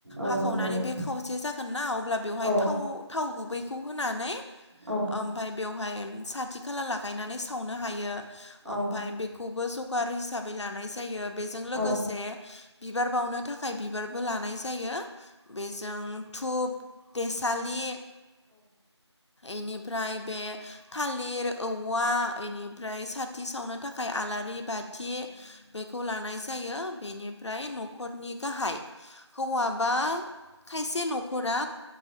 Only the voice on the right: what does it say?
औ
औ
औ
औ
नंगौ
औ